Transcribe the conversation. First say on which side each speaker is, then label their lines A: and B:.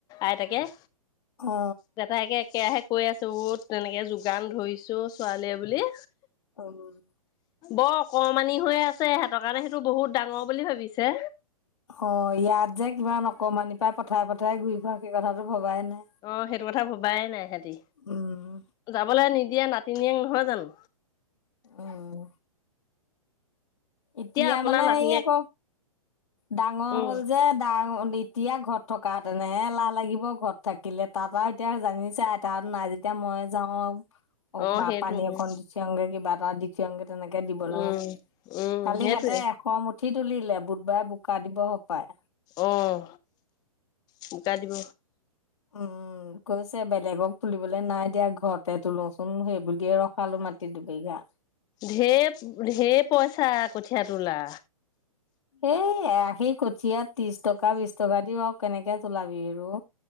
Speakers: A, on the left (about 20°); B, on the left (about 65°).
A: আইতাকে
B: অ
A: জেঠাইকে একেৰাহে কৈ আছো অ তেনেকে যোগান ধৰিছে অ ছোৱালীয়ে বুলি
B: উম
A: বৰ ক মানি হৈ আছে সিহতৰ কাৰণ সেইটো বহুত ডাঙৰ বুলি ভাবিছে
B: অ ইয়াত যে কিমান অকমানি পাই পথাৰে পথাৰে ঘূৰি ফুৰা সেই কথাটো ভবাই নাই।
A: অ সেইটো কথা ভবাই নাই সেতি
B: উম।
A: যাবলে নিদিয়ে নাত নাতিনিয়েক নহয় জানো
B: উম এতিয়া
A: আপোনাৰ
B: মানে
A: নাতিনীয়েক
B: হেই আক ডাঙৰ
A: উম
B: হ'ল যে ডাঙ এতিয়া ঘৰত থকা হেঁতেন হে এলাহ লাগিব ঘৰত থাকিলে তাত আৰু এতিয়া জানিছে আই তাহ নাই তেতিয়া মই যাওঁ আও
A: অ সেইটো
B: পানী অকন
A: উম
B: দি থংগে কিবা এটা যেনেকে তেনেকে দিব লাগ
A: উম উম
B: কালি
A: সেইটোৱে
B: সিহঁতে এশ মুঠ উঠি তুলিলে, বুধবাৰে বোকা দিব সপায়।
A: অঁ বোকা দিব।
B: উম। কৈছে বেলেগক তুলিবলৈ নাই দিয়া ঘৰতে তোলোচোন সেইবুলিয়ে ৰখালো মাটিৰ দুবিঘা।
A: ঢেৰ ঢেৰ পইচা কঠীয়া তোলা।
B: এই সেই কঠিয়াত ত্ৰিশ টকা বিশ টকা দিও আৰু কেনেকে তুলাবি অ।